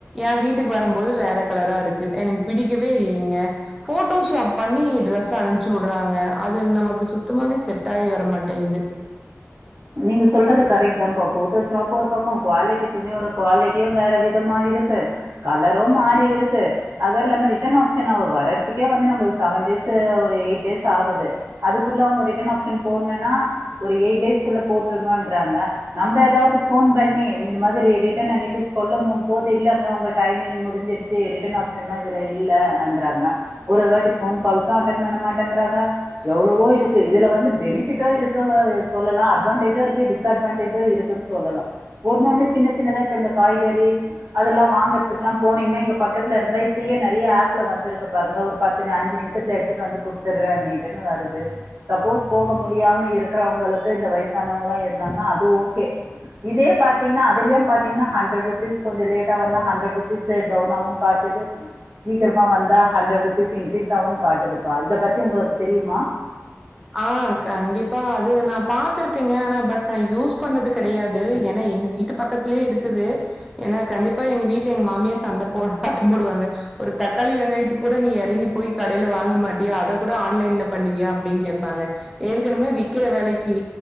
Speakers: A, in the centre; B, on the right.
A: ஏ வீட்டுக்கு வரம் போது வேற கலரா இருக்கு எனக்கு பிடிக்கவே இல்லீங்க போட்டோ ஷாப் பண்ணி ட்ரெஸ் அனுப்ச்சு உட்றாங்க அது நமக்கு சுத்தமாவே செட் ஆகி வர மாட்டேங்குது
B: நீங்க சொல்றது கரெக்ட் தாம்ப்பா போட்டோ ஷாப்பு ஒரு பக்கோ குவாலிட்டி துணியோட குவாலிட்டியு வேற விதமா இருக்கு து கலரு மாறியிருக்கு அதர்ல்லாம ரிட்டர்ன் ஆப்ஷன் வரர்திக்கே வந்து நம்மளுக் செவன் டே ஸு ஒரு எயிட் டேஸ் ஆகுது அதுக்குள்ள அவுங்க ரிட்டர்ன் ஆப்ஷன் போட்னன்னா ஒரு எயிட் டேஸ் குள்ள போட்டிருங்கன்றாங்க நம்ம ஏதாவ்து போன் பண்ணி இந்தந்த மாத்ரி ரிட்டன்னனிட்டு சொல்லும் போம் போ து இல்லங்க உங்க டைமிங் முடிஞ்சிருச்சு ரிட்டர்ன் ஆப்ஷன்லா இதுல இல்ல அன்றாங்க ஒரு வாட்டி போன் கால்சு அட்டன் பண்ண மாட்டேன்றாங்க எவ்ளவோ இருக்கு இதுல வந்து பெனிபிட்ட இருக்கவா சொல்லலா அ அட்வான்டேஜு இருக்கு டிஸ் அட்வான்டேஜு இருக்குன் சொல்லலா ஒன்னொன்னு சின்ன சின்னதா இப்ப இந்த காய்கறி அ ல்லாம் வாங்கறதுக்குல்லாம் போனீங்கன்னா இங்க பக்கத்து இருந்தே இப்பயே நறைய ஆப்ல வந்துருக்கு பாருங்க ஒரு பத்து அஞ்சு நிமிஷத் லா எடுத்துட்டு வந்து கொடுத்துடுறேன்னிட்டு வருது சப்போஸ் போக முடியாம இருக்கிறவங்களுக்கு இந்த வயச சனவங்களா இருந்தாங்கன்னா அது ஓகே இதே பாத்தீங்கன்னா அதிலயும் பாத்திங்கன்னா ஹண்ட்ரட் ருப்பீஸ் கொஞ்சோ லேட்டா வந்தா ஹன்ட்ரட் ருபீஸ் டவுனாவும் காட் சீக்கிரமா வந்தா ஹண்ட்ரட்ருபீஸ் இன்கிரீஸ்சாவும் காட்டுதுப்பா இத பத்தி உங்களுக்கு தெரியுமா
A: ஆ கண்டிப்பா அது நான் பா்த்திருக்கேங்க ஆனா பட் நான் யூஸ் பண்ணது கெடையாது ஏனா எங்க வீட்டு பக்கத்துலேயே இருக்குது ஏனா கண்டிப்பா எங்க வீட்டுல எங்க மாமியா சண்ட போ சத்தம் போடுவாங்க ஒரு தக்காளி வெங்காயத்துக்கு கூட நீ இறங்கி போய் கடையில வாங்க மாட்டியா அதை கூட ஆன்லைன்ல பண்ணுவியா அப்படின்னு கேப் பாங்க ஏற்கனவே விக்கிற வேலைக்கு